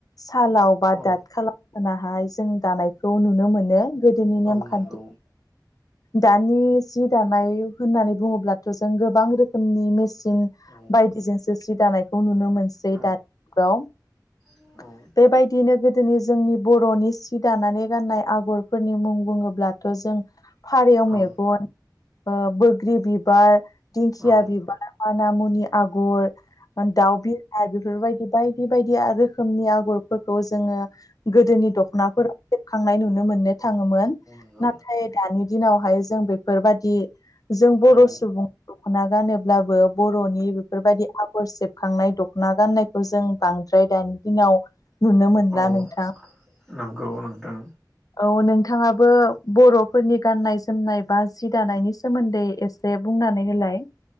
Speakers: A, on the left; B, in the centre.
A: सालाव बा
B: औ
A: दाद खालाव होनाहाय जों दानायखौ नुनो मोनो गोदोनि
B: औ
A: नेमखान्थि
B: नंगौ
A: दानि जि दानाय होननानै बुङोब्लाथ' जों गोबां रोखोमनि मेस न
B: औ
A: बायदिजोंसो सि दानायखौ नुनो मोनो।
B: औ औ
A: <unintelligible>
B: औ
A: बेबायदिनो। दिनै जोंनि बर'नि सि दानानै गाननाय आगरफोरनि मुं बुङोब्लाथ' जों फारेव मेगन
B: औ
A: बोग्रि बिबार दिंखिया
B: औ
A: बिबार माना मुनि आगर दाउ बिराय बेफोरबायदि बाय बायदि बायदि रोखोमनि आगरफोरखौ जोङो गोदोनि दख'नाफोर सेबखांनाय नुनो मोननो थाङोमोन
B: नंगौ
A: नाथाय दानि दिनावहाय जों बेफोरबादि जों बर'
B: औ
A: सुबुं दख'ना गानोब्लाबो बर'नि बेफोरबायदि आग आगर सेबखांनाय दख'ना गाननायखौ जों बांद्राय दानि दिनाव नुनो मोनला
B: औ औ
A: नोंथां।
B: नंगौ नोंथां
A: औ नोंथाङाबो बर'फोरनि गाननाय जोमनाय बा जि दानायनि सोमोन्दै ए से बुंनानै होलाय।